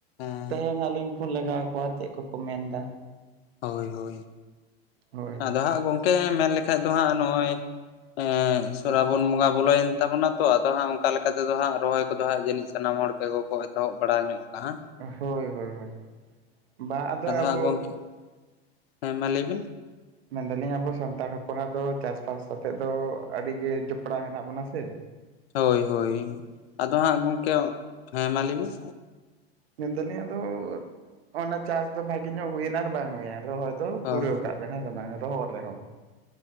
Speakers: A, on the left; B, on the right.
A: ᱚᱸ
B: ᱛᱮᱦᱮᱧ ᱦᱚᱸ ᱟᱞᱤᱧ᱾ ᱯᱷᱳᱱ ᱞᱟᱜᱟᱣ ᱠᱚᱣᱟ ᱪᱮᱜ ᱠᱚᱠᱚ ᱢᱮᱱ ᱫᱟ᱾
A: ᱦᱳᱭ ᱦᱳᱭ
B: ᱦᱳᱭ
A: ᱟᱫᱚ ᱦᱟᱸᱜ ᱜᱚᱝᱠᱮ ᱢᱮᱱ ᱞᱮᱠᱷᱟᱡ ᱫᱚ ᱦᱟᱸᱜ ᱱᱚᱜ-ᱚᱭ᱾ ᱮᱸ ᱥᱚᱨᱟᱵᱚᱱ ᱵᱚᱸᱜᱟ ᱵᱚᱞᱚᱭᱮᱱ ᱛᱟᱵᱚᱱᱟ ᱛᱚ ᱟᱫᱚ ᱦᱟᱸᱜ ᱚᱱᱠᱟ ᱞᱮᱠᱟ ᱞᱮᱠᱟ ᱛᱮᱫᱚ ᱦᱟᱸᱜ ᱨᱚᱦᱚᱭ ᱠᱚᱫᱚ ᱦᱟᱸᱜ ᱡᱟᱹᱱᱤᱡ᱾ ᱥᱟᱱᱟᱢ ᱦᱚᱲ ᱛᱮᱜᱚ ᱠᱚ ᱮᱛᱚᱦᱚᱵ ᱵᱟᱲᱟ ᱧᱚᱜ᱾ ᱠᱟᱜᱼᱟ
B: ᱦᱳᱭ ᱦᱳᱭ ᱦᱳᱭ ᱵᱟ ᱟᱫᱚ ᱟᱵᱚ᱾
A: ᱦᱟᱸᱜ ᱜᱚᱝᱠᱮ ᱦᱮᱸ ᱢᱟ ᱞᱟᱹᱭ ᱵᱤᱱ᱾
B: ᱢᱮᱱ ᱫᱟᱞᱤᱧ ᱟᱵᱚ ᱥᱟᱱᱛᱟᱲ ᱦᱚᱯᱚᱱᱟᱜ ᱫᱚ ᱪᱟᱥ ᱵᱟᱥ ᱥᱟᱛᱮᱜ ᱫᱚ ᱟᱰᱤᱜᱮ ᱡᱚᱯᱲᱟᱣ ᱦᱮᱱᱟᱜ ᱵᱚᱱᱟ ᱥᱮ᱾
A: ᱦᱳᱭ ᱦᱳᱭ ᱟᱫᱚ ᱦᱟᱸᱜ ᱜᱚᱢᱠᱮ ᱦᱮᱸ ᱢᱟ ᱞᱟᱹᱭ ᱵᱤᱱ᱾
B: ᱢᱮᱱ ᱫᱟᱞᱤᱧ ᱟᱫᱚ ᱚᱱᱟ ᱪᱟᱥ ᱫᱚ ᱵᱷᱟᱜᱤ ᱧᱚᱜ ᱦᱩᱭᱮᱱ ᱟᱨ ᱵᱟᱝ ᱦᱩᱭᱮᱱ ᱨᱚᱦᱚᱭ᱾ ᱫᱚ
A: ᱦᱳᱭ
B: ᱯᱩᱨᱟᱹᱣ ᱠᱟᱜ ᱵᱮᱱ ᱦᱮᱸ ᱥᱮ ᱵᱟᱝ ᱨᱚᱦᱚᱲ ᱨᱮᱦᱚᱸ